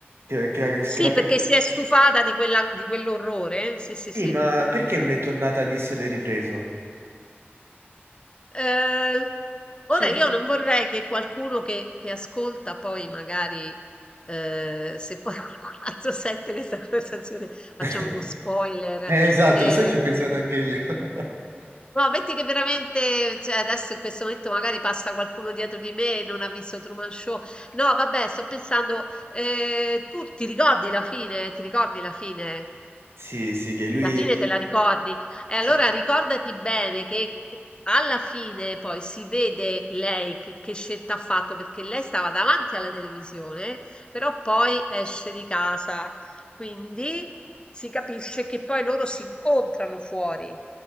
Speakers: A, on the right; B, on the left.
A: Che, che,
B: sì,
A: che la ca-
B: perché si è stufata di quella- di quell'orrore. eh? Sì, sì,
A: Sì,
B: sì.
A: ma perché non è tornata lì se l'hai ripreso?
B: Eh, ora
A: Cioè...
B: io non vorrei che qualcuno che, che ascolta poi magari, eh, se poi <laughs> qualcun altro sente questa conversazione, facciamo
A: <laughs>
B: uno spoiler.
A: Eh, esatto,
B: eh,
A: lo sai, ci ho pensato anche io. <laughs>
B: no, metti che veramente, cioè, adesso in questo momento magari passa qualcuno dietro di me e non ha visto Truman Show. No, vabbè, sto pensando, eh, tu ti ricordi la fine? Ti ricordi la fine?
A: Sì, sì, che lui...
B: Alla fine te la ricordi. E allora
A: Sì,
B: ricordati bene che alla fine poi si vede lei che, che scelta ha fatto, perché lei stava davanti alla televisione, però poi esce di casa. Quindi si capisce che poi loro si incontrano fuori.